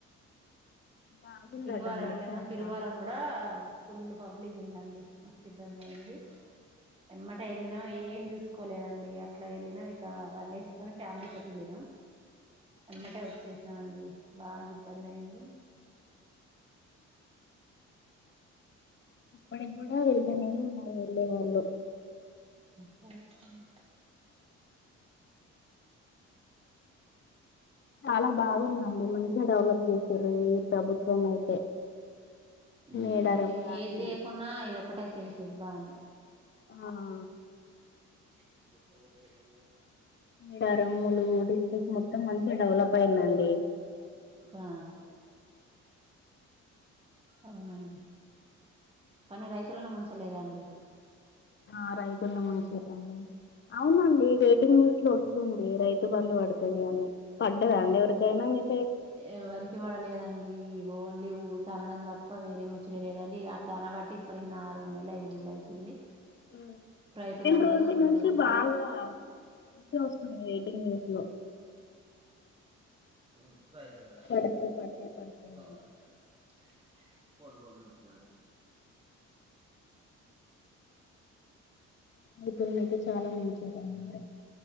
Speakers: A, on the left (about 40°); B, on the right (about 20°).
A: బాగుందట
B: తిరువారం
A: అండి
B: వెళ్ళంగా
A: చాలా
B: తిరువారం కూడా ఫుల్లు పబ్లిక్ ఉందండి మస్తు ఇబ్బంది అయ్యింది ఎమ్మటే ఎళ్ళినాం ఏం చూసు కోలేదండి అట్లా వెళ్ళినాం ఇట్లా బండ వేసుకొని ఫ్యామిలీ తోటి వెళ్ళినాం ఎమ్మట
A: ఆ
B: వచ్చేసినావండి బాగిబ్బంద్ అయ్యింది
A: ఇప్పటికి కూడా వెళ్తానే ఉన్నారు వెళ్ళే వాళ్ళు
B: ప్యాకింగ్
A: చాలా బావుందండి మంచిగా డెవలప్ చేసారు ఈ ప్రభుత్వం అయితే
B: ఏ
A: మేడారం గానీ
B: ఏంది చేయకున్నా ఇదొక్కటే చేసిడు బానే
A: ఆహా
B: <unintelligible>
A: <unintelligible> రమ్ములు గుడి <inaudible> మొత్తం మంచిగా డవలప్ పైనండి
B: ఆ అవునండి కానీ రైతులను ముంచలేదండి
A: ఆ రైతుని ముంచిరండి అవునండి వెయిటింగ్ లిస్ట్ లో వస్తుంది రైతు బందు పడతది అని పడ్డాదా అండి ఎవరికైనా మీక్
B: ఎ ఎవరికి పడలేదండి ఈ ఓన్ ఇ ఊకే అనడం తప్ప వేరే ముచ్చటే లేదండి అట్లా అనవట్టి ఇప్పటికి నాలుగు నెల ఐదు నెల అయితుంది
A: మ్మ్
B: రైతులందరూ
A: రెండ్ రోజుల
B: ఫుల్లు
A: నుంచి
B: తిడుతురు
A: బాగ మంచిగ వస్తుంది వెయిటింగ్ లిస్ట్ లో
B: ఆ అంతా అయిపోయే
A: పడతాయి పడతాయి పడతాయి అని
B: <unintelligible> పొడుపొన్సా
A: ఇతన్నైతే చాలా ముంచారండి